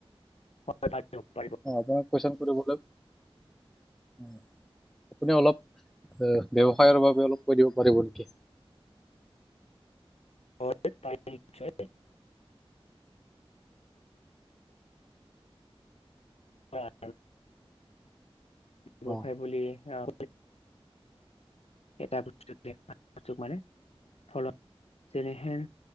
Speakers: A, on the left; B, in the centre.
A: <inaudible> পাৰিব।
B: অ আপোনাক কুৱেচন শুধিবলে। উম আপুনি অলপ ব্যৱসায়ৰ বাবে অলপ কৈ দিব পাৰিব নিকি?
A: অ পাৰিম নিশ্চয়। অ। <inaudible> ব্যৱসায়
B: অ
A: বুলি আহ এটাস্তস <inaudible> মানে। ফলত যেনেহেন